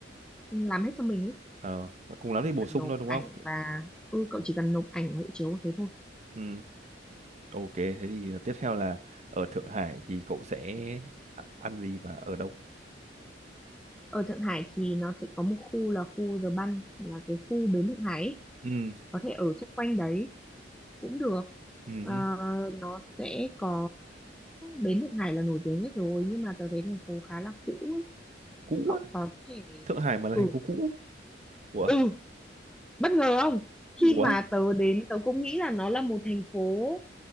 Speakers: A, in the centre; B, on the right.
A: làm hết cho mình ý.
B: Ờ, cùng lắm
A: Chỉ
B: thì bổ
A: cần
B: sung
A: nộp
B: thôi đúng
A: ảnh
B: không?
A: và ừ cậu
B: Ừ.
A: chỉ cần nộp ảnh hộ chiếu thế thôi
B: Ừ, Ok, thế thì ờ, tiếp theo là ở Thượng Hải thì cậu sẽ ạ- ăn gì và ở đâu?
A: ở Thượng Hải thì nó sẽ có một khu là khu The Bund là cái khu bến Thượng Hải ý
B: Ừ.
A: có thể ở xung quanh đấy cũng được
B: Ừ.
A: Ờ, nó sẽ có bến Thượng Hải là nổi tiếng nhất rồi nhưng mà tớ thấy thành phố khá là cũ ấy.
B: Cũ
A: cậu
B: á,
A: có thể
B: Thượng Hải mà là
A: ừ
B: thành phố cũ. Ủa?
A: ừ bất ngờ không khi
B: Ủa?
A: mà tớ đến tớ cũng nghĩ là nó là một thành phố